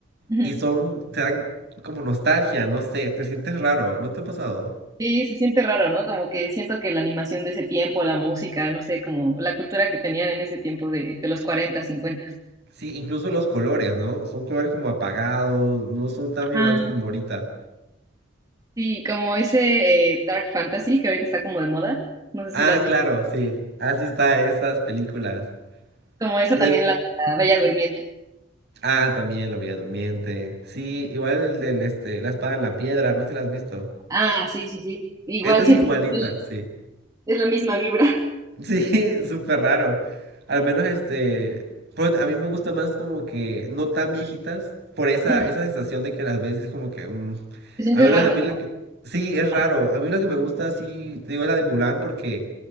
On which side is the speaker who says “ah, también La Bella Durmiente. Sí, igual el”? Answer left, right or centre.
Right